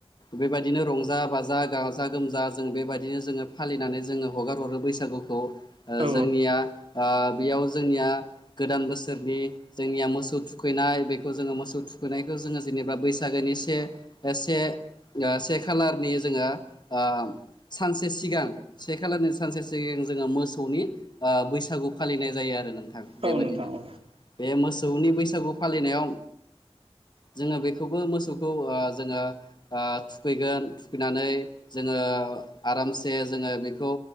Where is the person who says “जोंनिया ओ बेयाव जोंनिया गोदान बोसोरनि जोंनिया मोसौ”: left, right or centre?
Left